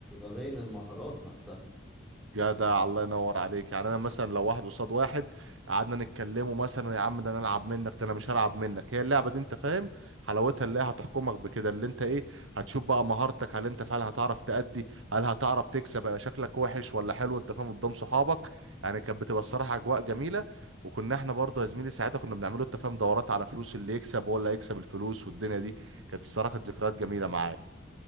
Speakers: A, in the centre; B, on the right.
A: باين المهارات نفسها
B: جدع الله ينور عليك يعني انا مثلا لو واحد قصاد واحد قعدنا نتكلموا مثلا يا عم ده انا العب منك ده انا مش هلعب منك هي اللعبه دي انت فاهم حلاوتها اللي هي هتحكمك بكده اللي انت ايه هتشوف بقى مهارتك هل انت فعلا هتعرف تأدي هل هتعرف تكسب هيبقى شكلك وحش ولا حلو انت فاهم قدام صحابك يعني كانت بتبقى الصراحه اجواء جميله وكنا احنا برضه يا زميلي ساعتها كنا بنعمله التفاهم دورات على فلوس اللي يكسب هو اللي هيكسب الفلوس والدنيا دي كانت الصراحه كانت ذكريات جميله معايا